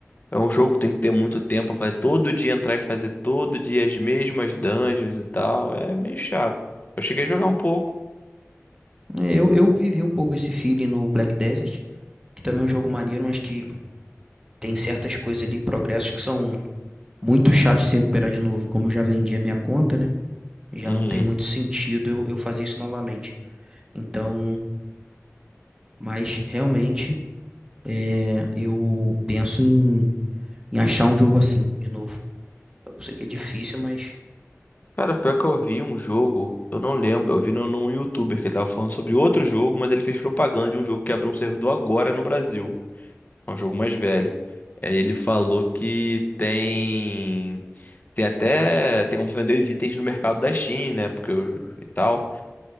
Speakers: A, on the left; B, on the right.
A: é um jogo que tem que ter muito tempo pra fazer, todo dia entrar e fazer todo dia as mesmas dungeons e tal, é meio chato. Eu cheguei a jogar um pouco.
B: É, eu, eu vivi um pouco esse feeling no Black Desert, que também é um jogo maneiro, mas que tem certas coisas ali, progressos que são muito chatos de se recuperar de novo. E Como eu já vendi a minha conta, né? Já
A: Uhum.
B: não tem muito sentido eu, eu fazer isso novamente. Então, mas realmente é, eu penso em. em achar um jogo assim de novo. Eu sei que é difícil, mas
A: Cara, pior que eu vi um jogo, eu não lembro, eu vi num, num youtuber que ele tava falando sobre outro jogo, mas ele fez propaganda de um jogo que abriu um servidor agora no Brasil. É um jogo mais velho. Aí ele falou que tem. Tem até. Tem como vender os itens no mercado da Steam, né? Porque o- e tal.